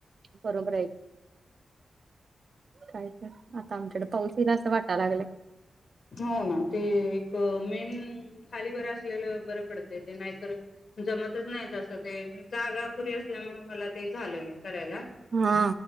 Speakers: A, on the right (about 55°); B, on the left (about 70°).
A: बरोबर आहे काय तर आता आमच्याकडे पाऊस येला असं वाटायला लागले
B: हो ना ते एक मेन खाली बरं असलेलं बरं पडतय ते नाहीतर जमतच नाही तसं ते जागा पुरी असल्यामुळे मला ते झालं नाही करायला
A: हा